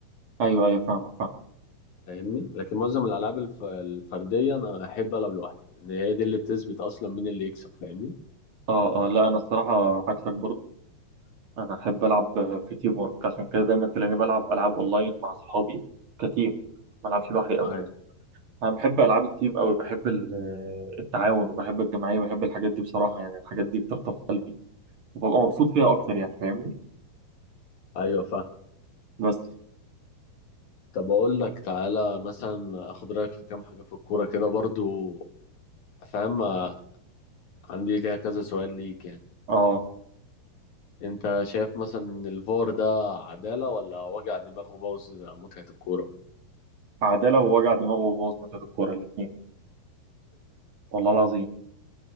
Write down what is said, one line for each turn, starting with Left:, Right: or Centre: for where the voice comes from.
Right: ايوه ايوه فاهمك فاهم
Left: فاهمني لكن معظم الالعاب الف... الفردية انا احب العب لوحدي ان هي دي اللي بتثبت اصلا مين اللي يكسب فاهمني
Right: اه اه لا انا الصراحة عكسك برضه انا احب العب في تيم ورك عشان كده دايما تلاقيني بلعب العاب اونلاين مع اصحابي كتيم ما العبش لوحدي ابدا
Left: ايوه
Right: انا بحب العاب التيم قوي بحب ال- آه، التعاون وبحب الجماعية بحب الحاجات دي بصراحة يعني الحاجات دي بتخطف قلبي وببقى مبسوط فيها اكتر يعني فاهمني
Left: ايوه
Right: بس
Left: طب اقول لك تعالى مثلا اخد رايك في كام حاجه في الكوره كده برضو فاهم آه، عندي ليها كذا سؤال ليك يعني
Right: اه
Left: انت شايف مثلا ان الفار ده عداله ولا وجع دماغ وبوظ متعه الكوره
Right: عدالة ووجع دماغ وبوظ ماتشات الكورة الاتنين والله العظيم